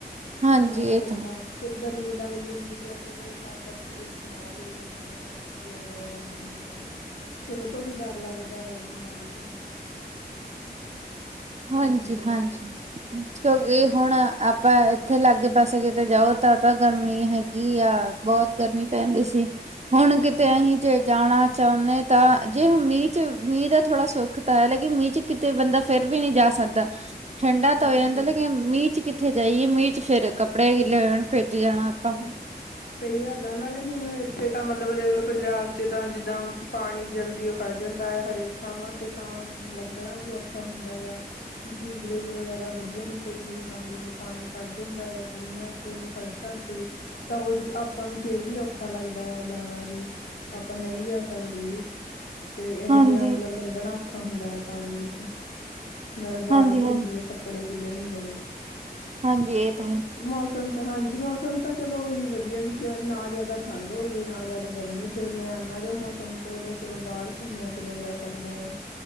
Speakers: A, on the right (about 40°); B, on the left (about 70°).
A: ਹਾਂਜੀ
B: ਘੁੰਮਣਾ
A: ਇਹ
B: ਫਿਰਨਾ।
A: ਤਾਂ
B: ਫਿਰ ਗਰਮੀ ਲੱਗ ਜਾਂਦੀ ਆ ਫਿਰ ਤਾਂ ਕਰਕੇ ਫਿਰ ਬਿਮਾਰ ਹੋ ਜਾਂਦੇ ਆਂ। ਉਲਟੀਆਂ ਵਗੈਰਾ ਲੱਗ ਜਾਂਦੀਆਂ ਨੇ'ਫਿਰ ਉਹ ਤੋਂ ਵੀ ਡਰ ਲੱਗਦਾ ਆ ਬਿਮਾਰੀ ਤੋਂ।
A: ਹਾਂਜੀ-ਹਾਂਜੀ
B: ਹਾਂਜੀ ਹਾਂ
A: ਇਹ
B: ਹਮ,
A: ਹੁਣ ਆਪਾਂ ਇੱਥੇ ਲਾਗੇ ਪਾਸੇ ਕਿਤੇ ਜਾਓ ਤਾਂ ਤਾਂ ਗਰਮੀ ਹੈਗੀ ਆ ਬਹੁਤ ਗਰਮੀ ਪੈਂਦੀ ਸੀ। ਹੁਣ ਕਿ। ਤੇ
B: ਹਾਂਜੀ
A: ਅਸੀਂ ਜੇ ਜਾਣਾ ਚਾਹੁੰਦੇ ਤਾਂ' ਜੇ ਮੀਂਹ ਚ ਮੀਂਹ ਦਾ ਥੋੜਾ ਸੁੱਖ ਤਾਂ ਹੈ ਲੇਕਿਨ ਮੀਂਹ ਚ?। ਕਿਤੇ ਬੰਦਾ ਫੇਰ ਵੀ ਨਹੀਂ ਜਾ ਸਕਦਾ' ਠੰਡਾ ਤਾਂ
B: ਹਾਂ
A: ਹੋ ਜਾਂਦਾ
B: ਨਹੀਂ
A: ਲੇਕਿਨ
B: ਤਾਂ
A: ਮੀਂਹ ਚ ਕਿਤੇ। ਉੱਥੇ ਜਾਈਏ ਮੀਂਹ ਚ ਫਿਰ ਕੱਪੜੇ ਗਿੱਲੇ ਹੋ ਜਾਣ। ਭਿੱਜ ਜਾਣਾ। ਆਪਾਂ।
B: ਹੂੰ ਹੂੰ, ਸਹੀ ਗੱਲ ਮ ਹੁਣ ਇੱਥੇ ਤਾਂ ਮਤਲਬ ਪੰਜਾਬ ਚ ਤਾਂ ਜਿੱਦਾਂ ਪਾਣੀ ਜਲਦੀ ਉਹ ਖੜ ਜਾਂਦਾ ਹੈ ਹਰੇਕ ਥਾਵਾਂ ਤੇ ਤਾਂ ਲੰਘਣਾ ਵੀ ਔਖਾ ਹੁੰਦਾ ਆ। ਸੀਵਰੇਜ ਵਗੈਰਾ ਵਧੀਆ ਨੀ ਪਈ ਹੋਈ ਤਾਂ ਦੇਖਲੋ ਪਾਣੀ ਖੜ ਜਾਂਦਾ ਆ ਗਲੀਆਂ ਚ ਸੜਕ ਅਤੇ ਤਾਂ ਉਹ ਆਪਾਂ ਨੂੰ ਫੇਰ ਵੀ ਔਖਾ ਲੱਗਦਾ ਆ ਜਾਣਾ ਵੀ ਆਪਾਂ ਨਹੀਂ ਜਾ ਸਕਦੇ ਜੀ। ਤੇ ਇਹ
A: ਹਾਂਜੀ।
B: ਜਿਹਾ ਮਤਲਬ ਲੰਘਣਾ ਔਖਾ ਹੁੰਦਾ ਆ ਪਾਣੀ ਵਿੱਚ। ਨਾਲੇ ਬਾਰਿਸ਼
A: ਹਾਂਜੀ-ਹਾਂਜੀ, ਹਾਂਜੀ
B: ਹੁੰਦੀ ਏ ਕੱਪੜੇ ਗਿੱਲੇ ਹੁੰਦੇ ਨੇ'
A: ਹਾਂਜੀ ਇਹ ਤਾਂ ਹੈ।
B: ਮੌਸ <unintelligible> ਮੌਸਮ ਤਾਂ ਚਲੋ ਉਹੀ ਵਧੀਆ ਵੀ ਨਾ ਜ਼ਿਆਦਾ ਠੰਢ ਹੋਵੇ ਨਾ ਜ਼ਿਆਦਾ ਗਰਮੀ ਦਰਮਿਆਨਾ ਜਿਆ ਮੌਸਮ। ਤੇ ਉਦੋਂ ਚਲੋ ਬਾਹਰ ਘੁੰਮਿਆ ਫਿਰਿਆ ਜਾ ਸਕਦਾ ਆ।